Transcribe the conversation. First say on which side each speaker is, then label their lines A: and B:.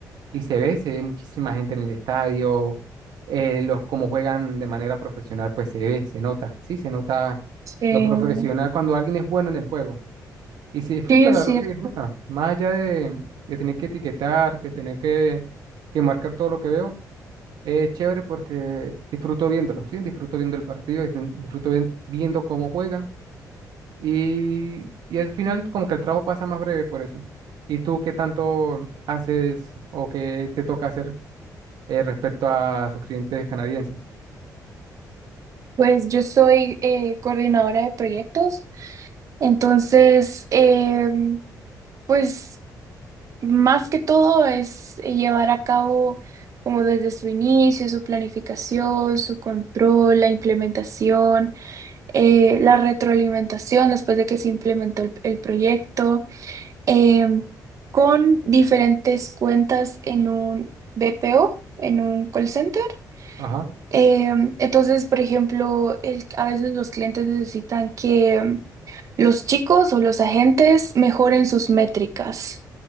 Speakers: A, on the right (about 80°); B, on the right (about 50°).
A: y se ve, se ve muchísima gente en el estadio, eh, los como juegan de manera profesional, pues se ve, se nota, sí, se nota
B: sí,
A: lo profesional cuando alguien es bueno en el juego y se disfruta,
B: sí, es
A: la
B: cierto.
A: verdad se disfruta, más allá de, de tener que etiquetar, que tener que, que marcar todo lo que veo. Es chévere porque disfruto viéndolo, ¿sí? Disfruto viendo el partido, disfrun- disfruto vi- viendo cómo juegan y, y al final como que el trabajo pasa más breve por eso. ¿Y tú qué tanto haces o qué te toca hacer eh, respecto a sus clientes canadienses?
B: Pues yo soy eh, coordinadora de proyectos, entonces, em, pues más que todo es llevar a cabo como desde su inicio, su planificación, su control, la implementación, eh, la retroalimentación después de que se implementó el, el proyecto, em, con diferentes cuentas en un BPO, en un call center.
A: Ajá,
B: Em, entonces, por ejemplo, el- a veces los clientes necesitan que em, los chicos o los agentes mejoren sus métricas.